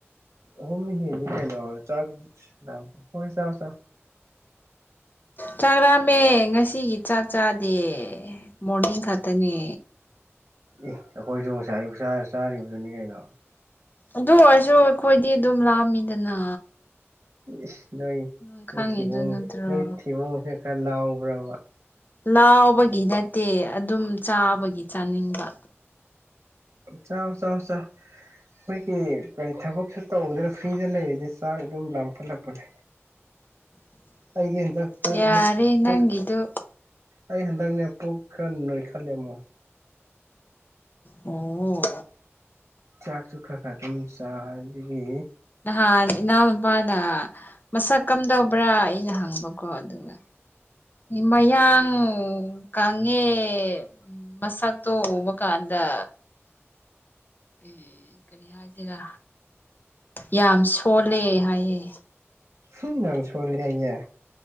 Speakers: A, on the right (about 80°); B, on the left (about 40°).
A: ꯑꯍꯧꯝ ꯍꯦꯜꯂꯦ ꯀꯩꯅꯣꯈ ꯆꯥꯛ ꯉꯥꯡꯕ ꯍꯣꯏ ꯆꯥꯐꯝ ꯆꯥꯔꯣ
B: ꯆꯥꯛꯂꯥꯝꯃꯦ ꯉꯁꯤꯒꯤ ꯆꯥꯛ ꯆꯥꯗꯦ ꯃꯣꯔꯅꯤꯡ ꯈꯛꯇꯅꯦ
A: ꯏ ꯑꯩꯈꯣꯏꯁꯨ ꯉꯁꯥꯏ ꯑꯌꯨꯛ ꯆꯥ ꯆꯥꯔꯤꯕꯗꯨꯅꯤ ꯀꯩꯅꯣ
B: ꯑꯗꯨ ꯑꯣꯏꯔꯁꯨ ꯑꯩꯈꯣꯏꯗꯤ ꯑꯗꯨꯝ ꯂꯥꯝꯃꯤꯗꯅ
A: ꯏꯁ ꯅꯣꯏ
B: ꯅꯪ
A: ꯅꯣꯏ
B: ꯈꯪꯉꯤꯗꯨ
A: ꯊꯤꯕꯣꯡꯁꯤ
B: ꯅꯠꯇ꯭ꯔꯣ
A: ꯅꯣꯏ ꯊꯤꯕꯣꯡꯁꯦ ꯈꯔ ꯂꯥꯎꯕ꯭ꯔꯕ
B: ꯂꯥꯎꯕꯒꯤ ꯅꯠꯇꯦ ꯑꯗꯨꯝ ꯆꯥꯕꯒꯤ ꯆꯥꯅꯤꯡꯕ
A: ꯆꯥꯔꯣ ꯆꯥꯔꯣ ꯆꯥꯔꯣ ꯑꯩꯈꯣꯏꯒꯤ ꯀꯔꯤ ꯊꯕꯛꯁꯨ ꯇꯧꯗꯅ ꯐ꯭ꯔꯤꯗ ꯂꯩꯔꯗꯤ ꯆꯥꯛ ꯑꯗꯨꯝ ꯂꯥꯝꯈꯠꯂꯛꯄꯅꯦ
B: <inaudible>
A: ꯑꯩꯗꯤ ꯍꯟꯗꯛ ꯄꯨꯨꯛ
B: ꯌꯥꯔꯦ
A: ꯑꯃꯨꯛ ꯄꯨꯛ
B: ꯅꯪꯒꯤꯗꯨ
A: ꯑꯩ ꯍꯟꯗꯛꯅꯦ ꯄꯨꯛ ꯈꯔ ꯅꯣꯏꯈꯠꯂꯦ ꯑꯃꯨꯛ
B: ꯑꯣ
A: ꯆꯥꯛꯁꯨ ꯈꯔ ꯈꯔ ꯑꯗꯨꯝ ꯆꯥꯏ ꯑꯗꯒꯤ
B: ꯅꯪꯒꯟ ꯏꯅꯥꯎ ꯅꯤꯄꯥꯅ ꯃꯁꯛ ꯀꯝꯗꯧꯕ꯭ꯔꯥ ꯑꯩꯅ ꯍꯪꯕꯀꯣ ꯑꯗꯨꯒ ꯃꯌꯥꯡ ꯀꯪꯉꯦ ꯎꯝ ꯃꯁꯛꯇꯣ ꯎꯕꯀꯥꯟꯗ ꯎ ꯀꯔꯤ ꯍꯥꯏꯁꯤꯔ ꯌꯥꯝ ꯁꯣꯜꯂꯦ ꯍꯥꯏꯌꯦ
A: ꯎꯝ ꯌꯥꯝ ꯁꯣꯜꯂꯦ ꯍꯥꯏꯑꯦ